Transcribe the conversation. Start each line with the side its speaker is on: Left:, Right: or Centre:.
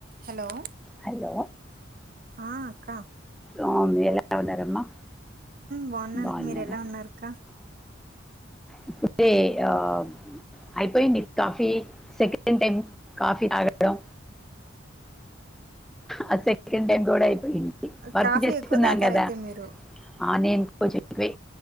Right: Hello
Centre: hello
Right: ఆ అక్క
Centre: ఆ మీరు ఎలా ఉన్నారమ్మా
Right: బాగున్నా
Centre: బాగున్నారా
Right: మీరు ఎలా ఉన్నారక్క
Centre: ఇప్పుడే ఆ అయిపోయింది కాఫీ సెకండ్ టైం కాఫీ తాగడం ఆ సెకండ్ టైం కూడా అయిపోయింది
Right: ఆ
Centre: వర్క్
Right: కాఫీ
Centre: చేస్తున్నాం
Right: ఎక్కువ తాగుతారు
Centre: కదా
Right: అయితే మీరు
Centre: ఆ నేను కొంచెం ఎక్కువే